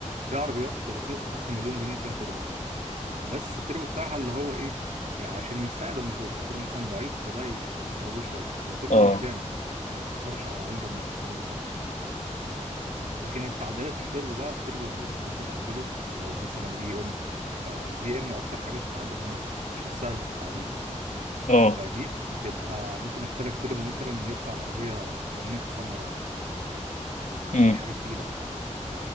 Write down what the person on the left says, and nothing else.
اه
اه
امم